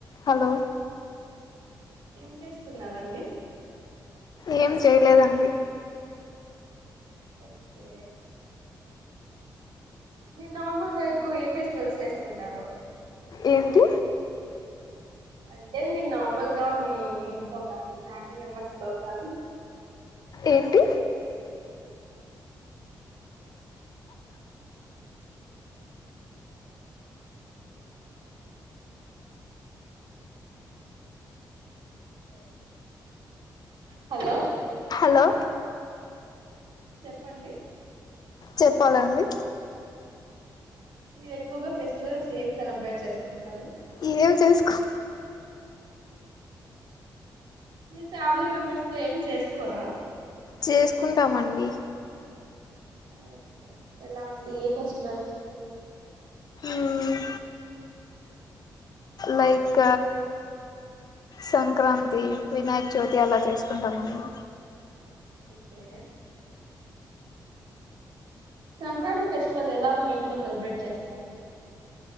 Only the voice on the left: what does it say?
హలో
ఏం చేయలేదండి.
ఏంటి
ఏంటి
హలో
చెప్పాలండి.
ఏమి చేసుకొం
చేసుకుంటామండి.
మ్మ్ లైక్ సంక్రాంతి, వినాయక చవితి అలా చేసుకుంటామండి.